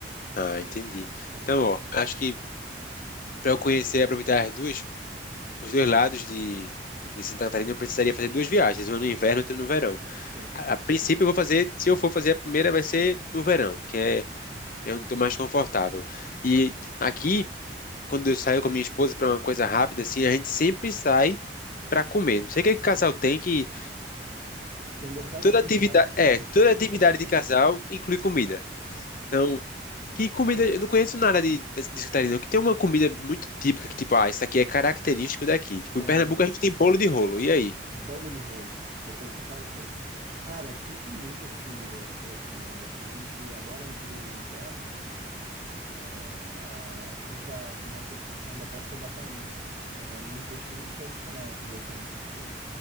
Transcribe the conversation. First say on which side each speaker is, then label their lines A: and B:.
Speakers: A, on the left; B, on the right.
A: Ah, entendi.
B: É,
A: Então, ó, acho que para eu conhecer e aproveitar as duas, os dois lados de, de Santa Catarina, eu precisaria fazer duas viagens, uma no inverno e outra no verão.
B: sim.
A: A, a princípio, eu vou fazer, se eu for fazer a primeira, vai ser no verão, que é Eu não tô mais confortável. E aqui, quando eu saio com a minha esposa para uma coisa rápida, assim, a gente sempre sai para comer. Não sei o que que casal tem que
B: Quer engordar
A: toda
B: junto,
A: atividade,
B: né, cara?
A: é,
B: <laughs>
A: toda atividade de casal inclui comida. Então, que comida, eu não conheço nada de, de, de Catarina, não, que tem uma comida muito típica que tipo, ah, isso aqui é característico daqui. Tipo,
B: Tem,
A: em Pernambuco a gente tem bolo de rolo. E aí?
B: Bolo de rolo, cara. Depois me fala o que é isso. Cara, aqui tem muitas comidas tradicionais. Digamos que agora no período do inverno, é, a- entra, começa a estação da pesca da tainha. A tainha é um peixe muito tradicional aqui do Atlântico Sul.